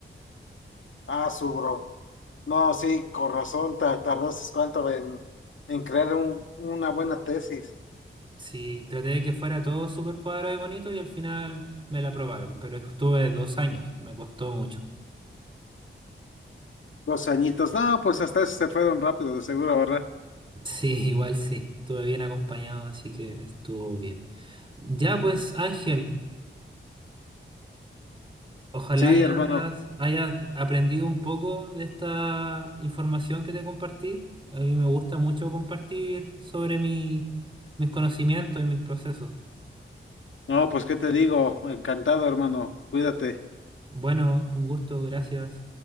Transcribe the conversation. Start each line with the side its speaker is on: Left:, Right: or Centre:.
Left: Ah, su bro. No, sí, con razón, ta- tardaste cuánto en, en crear un- una buena tesis.
Right: Sí, traté de que fuera todo súper cuadrado y bonito y al final me la aprobaron, pero estuve dos años, me costó mucho.
Left: Dos añitos. No, pues hasta eso se fueron rápido, de seguro, ¿verdad?
Right: <laughs> Sí, igual sí, estuve bien acompañado, así que estuvo bien. Ya pues, Ángel, ojalá
Left: Sí,
Right: hayas,
Left: hermano.
Right: hayas aprendido un poco de esta información que te compartí. A mí me gusta mucho compartir sobre mi- mis conocimientos y mis procesos.
Left: No, pues qué te digo, encantado, hermano. Cuídate.
Right: Bueno, un gusto, gracias.